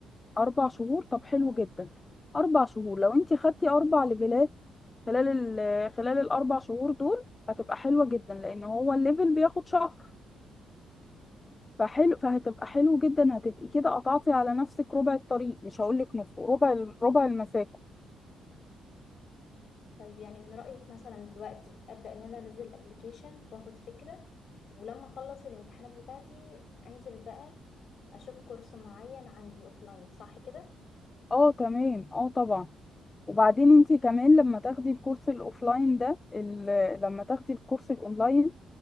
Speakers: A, on the left; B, on the left.
A: أربع شهور طب حلو
B: اه
A: جدا أربع شهور لو أنت خدتي أربع ليفلات خلال ال خلال الأربع شهور دول هتبقى حلوة جدا لأن هو الليفل بياخد شهر فحلو فهتبقى حلو جدا هتبقي كده قطعتي على نفسك ربع الطريق مش هقولك نص ربع ال- ربع المسافة
B: طيب يعني من رأيك مثلا دلوقتي أبدأ إن أنا أنزل الأبليكيشن وآخد فكرة ولما أخلص الامتحانات بتاعتي أنزل بقى أشوف كورس معين عندي أوفلاين صح كده؟
A: اه تمام اه طبعا وبعدين انت كمان لما تاخدي الكورس الاوفلاين ده ال- لما تاخدي الكورس الاونلاين